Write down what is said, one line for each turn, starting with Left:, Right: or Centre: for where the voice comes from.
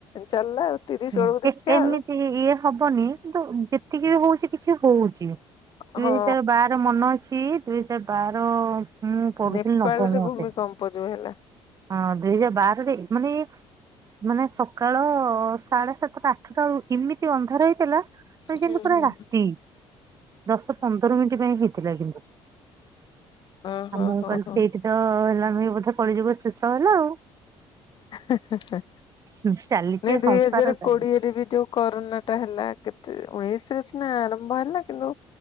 Left: ଚାଲିଲା ଆଉ ତିରିଶ
Right: ହୁଁ
Left: ବେଳକୁ ଦେଖିବା
Right: ଏମିତି
Left: ଆଉ।
Right: ଇଏ ହବନି କିନ୍ତୁ ଯେତିକି ବି ହଉଛି କିଛି ହଉଛି। ଦୁଇ
Left: ହଁ
Right: ହଜାର ବାର ମନ ଅଛି ଦୁଇ ହଜାର ବାର ମୁଁ ପଢୁଥିଲି
Left: ନେପାଳ
Right: ନବମ
Left: ରେ
Right: ବୋଧେ।
Left: ଭୂମି କମ୍ପ ଯୋଉ ହେଲା।
Right: ହଁ ଦୁଇ ହଜାର ବାରରେ ମାନେ ମାନେ ସକାଳ ସାଢେ ସାତଟା ଆଠଟା ବେଳକୁ ଏମିତି ଅନ୍ଧାର ହେଇଥିଲା କହିବ
Left: ହୁଁ
Right: ଯେମିତି ପୁରା
Left: ହୁଁ।
Right: ରାତି ଦଶ ପନ୍ଦର ମିନିଟ ପାଇଁ ହେଇଥିଲା କିନ୍ତୁ
Left: ଓହୋ
Right: ଆଉ ମୁଁ
Left: ହୋ
Right: କହିଲି
Left: ହୋ
Right: ସେଇଠି ତ ହେଲାଣି ବୋଧେ କଳିଯୁଗ ଶେଷ ହେଲା ଆଉ।
Left: ହେଁ ହେଁ ହେଁ
Right: ହୁଁ ଚାଲିଛି
Left: ନାଇ ଦୁଇ
Right: ସଂସାର
Left: ହଜାର
Right: ଚାଲିଛି
Left: କୋଡିଏରେ ବି ଯୋଉ କରୋନା ଟା ହେଲା କେତେ ଉଣେଇଶରେ ସିନା ଆରମ୍ଭ ହେଲା କିନ୍ତୁ